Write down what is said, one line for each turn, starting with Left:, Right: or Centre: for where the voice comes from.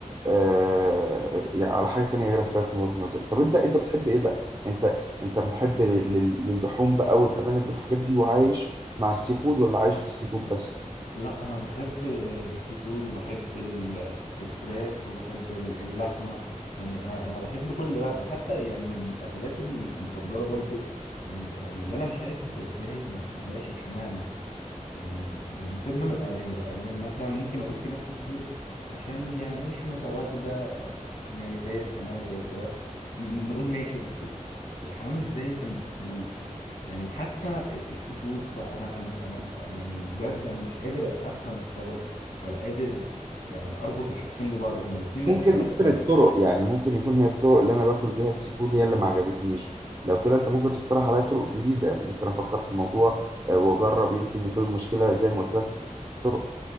Right: آه، يعني على حاجة تانية غير الفراخ من وجهة نظري طب أنت أنت بتحب إيه بقى؟ أنت أنت محب لل- لل- للحوم بقى والأرانب والحاجات دي وعايش مع السي فود ولا عايش في السي فود بس؟
Left: لا انا بحب السي فود وبحب ال- الفراخ وبحب ال- اللحمه يعني انا انا بحب كل ده وحتى يعني من اكلاتي المفضله برضو يعني اللي انا مش عارف انت ازاي ما بتحبهاش الحمام يعني يعني سيبنا من الأرانب الأرانب مثلا ممكن أقول في ناس كتير عشان يعني مش متواجدة يعني زي الحمام زي الفراخ م- نقول ماشي بس الحمام إزاي أنت ما بتحبوش يعني وحتى ال- السي فود فأنا أنا أنا يعني بجد أنا مش قادر أفهم السبب ولا قادر يعني أربط الحاجتين ببعض هما الاتنين مالهمش
Right: ممكن
Left: علاقة
Right: ممكن
Left: ببعض
Right: الطرق يعني ممكن يكون هي الطرق اللي انا باكل بيها السي فود هي اللي ما عجبتنيش لو كده انت ممكن تقترح عليا طرق جديده يعني ممكن افكر في الموضوع آه، واجرب يمكن يكون المشكله زي ما قلت لك الطرق